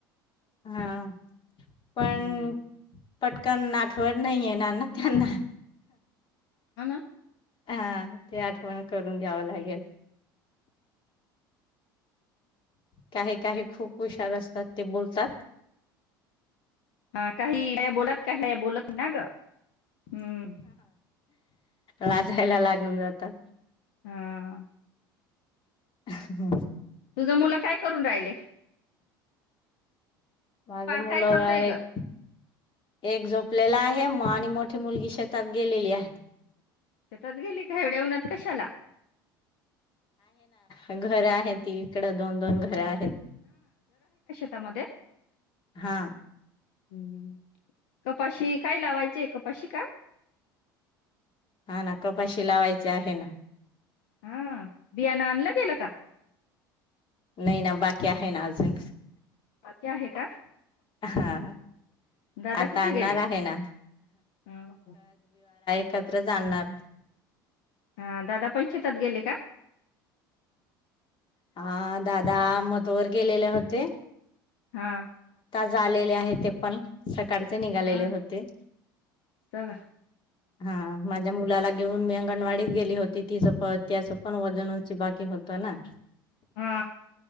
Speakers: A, on the left; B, on the left.
A: हा. पण
B: हम्म.
A: पटकन ना ठवण नाहीं येणार ना त्यांना.
B: हाना.
A: हा, ते आठवण करून द्यावं लागेल. काही काही खूप हुशार असतात ते बोलतात
B: हा काही बोलत काही बोलत ना ग हम्
A: लाचयला लागली आता
B: हा
A: हम्
B: तुझ मुलं काय करून राहिल
A: माझ मुलं
B: काय करतोय
A: एक
B: ग?
A: एक झोपलेला आहे आणि मोठी मुलगी शेतात गेलेली आहे
B: शेतात गेली का एवढ्या उनात कशाला
A: घरं आहेत ती इकड दोन दोन घरं आहेत
B: शेता मध्ये
A: हा
B: हम् कपाशी काय लावायची कपाशी का
A: हा ना कपाशी लावायची आहे ना
B: हा बियाणं आणलं गेलं का
A: नाही ना बाकी्या आहे नाजून
B: बाकी आहे का
A: हा
B: दादा
A: आता
B: कुठे
A: आणणार
B: गेले
A: आहे ना
B: ह
A: एकत्र जाणणार
B: हा दादा पंचेतात गेले का
A: हा दादा मदोहर गेलेले होते
B: हा
A: झालेले आहेत ते पण सकाळचे निघालेले
B: हा.
A: होते
B: चला.
A: हा माझ्या मुलाला घेऊन मी अंगणवाडीत गेली होती तिचं प त्याचं पण वजनची बाकी होत ना
B: हा